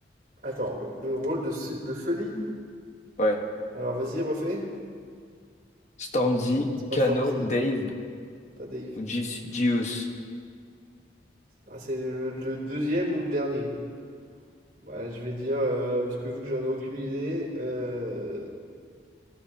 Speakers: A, on the right; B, on the left.
A: Attends, le rôle de, Su- de Sully?
B: Ouais.
A: Alors vas-y, refais.
B: Stormzy,
A: C'est pas
B: Kano,
A: Stormzy,
B: Dave
A: pas Dave.
B: ou Gi- Gius?
A: Ah, c'est le, le deuxième ou le dernier? Bah, je vais dire, euh, parce que vu que j'en ai aucune idée, euh,